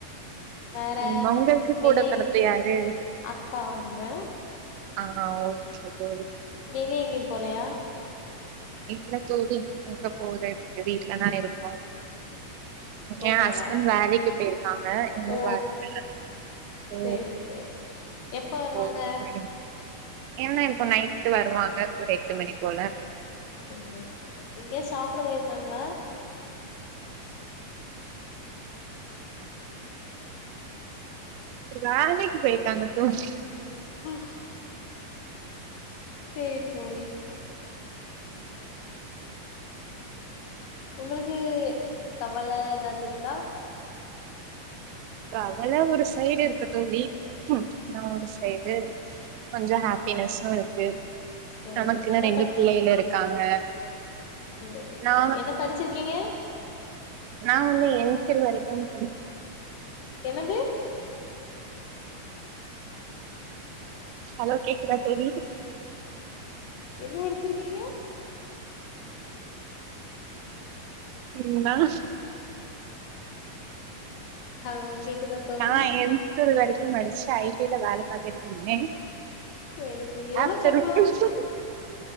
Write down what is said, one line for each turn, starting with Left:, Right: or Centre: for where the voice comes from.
Left: வேற
Right: ம் உங்களுக்கு
Left: வெளிய
Right: கூட
Left: எங்கியு
Right: பிறப்பு யாரு
Left: அக்கா உண்டு
Right: ஆ ஓகே தோழி
Left: வெளிய எங்கியு போலயா
Right: இல்ல தோழி எங்க போற வீட்லதா இருக்கோ
Left: கேக்கல
Right: எ ஹஸ்பண்ட் வேலைக்கு போய்ருக்காங்க இன்னு
Left: ஓ
Right: வர்ல வேற ஓ
Left: சேரி சேரி எப்ப வருவாங்க
Right: போகல தோழி என்ன இப்போ நைட்டு் வருவாங்க ஒரு எட்டு மணி போல
Left: செரி ஓகே எங்கேயே சாப்ட போய்ருக்காங்ளா
Right: அவரு வேலைக்கு போய்ருக்காங்க தோழி
Left: ஹூ சேரி தோழி உங்களுக்கு கவல ஏதாவது இருக்கா
Right: அவள ஒரு சைடா இருக்கட்டு நீ நா ஒரு சைடு கொஞ்சம் ஹாப்பினஸும் இருக்கு
Left: சேரி
Right: நமக்குன்னு
Left: என்ன
Right: ரெண்டு பிள்ளைகள் இருக்காங்க
Left: சரி சரி
Right: நா
Left: என்ன படிச்சிருக்கீங்க
Right: நான் வந்து எம் ஃபில் வரைக்கும் படி
Left: என்னது
Right: ஸ் ஹலோ கேக்குதா தோழி
Left: என்ன படிச்சிருக்கீங்க
Right: என்னாஸ்
Left: ஹலோ
Right: ஸ்
Left: கேக்குதா தோழி
Right: நான் எம் ஃபில் வரைக்கும் மடிச்சு ஐ டி ல வேலை பாத்துட்டு இருத்தேன்
Left: சேரி சேரி எவ்ளோ
Right: அ <unintelligible>
Left: சம்பளம்